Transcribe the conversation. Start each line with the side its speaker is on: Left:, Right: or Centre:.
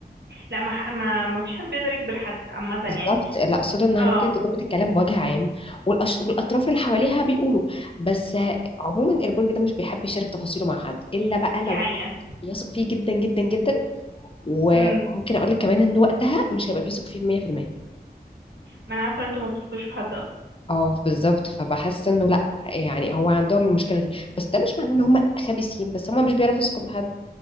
Right: لا ما ح- ما ما فيش حد بيقدر يكبر حد عامه يعني
Left: بالظبط لا اقصد انها
Right: اه
Left: ممكن تكون بتتكلم بوجه عام والأش... والاطراف اللي حواليها بيقولوا بس عموما البرج ده مش بيحب يشارك تفاصيله مع حد الا بقى
Right: دي
Left: لو
Right: حقيقه
Left: حد بيثق فيه جدا جدا جدا وممكن
Right: امم
Left: اقول لك كمان ان وقتها مش هيبقى بيثق فيه 100%
Right: ما انا عارفه ان انتوا ما بتثقوش في حد اصلا
Left: اه بالظبط فبحس انه لا يعني هو عندهم المشكله دي بس ده مش معناه ان هم خبيثين بس هم مش بيعرفوا يثقوا في حد